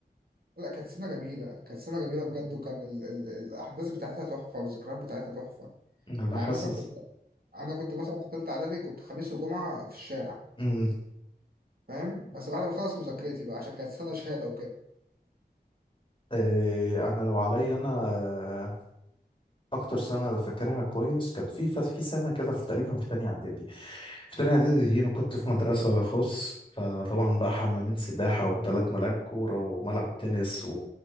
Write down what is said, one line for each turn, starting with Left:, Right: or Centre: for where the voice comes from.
Right: لا كانت سنة جميلة كانت سنة جميلة بجد وكان ال ال الأحداث بتاعتها تحفة والذكريات بتاعتها تحفة
Left: انا
Right: يعني
Left: حاسس
Right: مثلا كنت أنا كنت مثلا في تالتة إعدادي كنت خميس وجمعة في الشارع
Left: امم
Right: فاهم بس بعد ما أخلص مذاكرتي بقى عشان كانت سنة شهادة وكده
Left: إيه انا لو عليا انا آه، اكتر سنه فاكرها كويس كانت في ف- في سنه كده في تقريبا في تانية اعدادي في تانية اعدادي دي انا كنت في مدرسه خاص فطبعا بقى حمامين سباحه وثلاث ملاعب كوره وملعب تنس و-